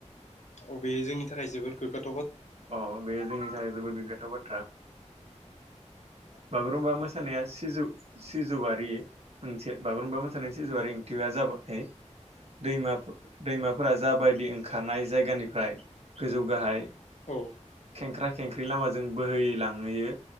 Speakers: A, on the left; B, on the right.
A: अबेयो जोंनि थाखाय जोबोर गोगाथ।
B: अ बे जोंनि थाखाय। जोबोद गोग्गाथाव बाथ्रा। बागुरुम्बा मोसानाया सिजौ सिजौआरि ओंथि बागुरुम्बा मोसानाया सिजौआरि ओंथिया जाबाय दैम दैमाफोरा जाबायदि ओंखारनाय जायगानिफ्राय गोजौ गाहाय
A: औ
B: खेंख्रा खेंख्रि लामाजों बोहैलांहोयो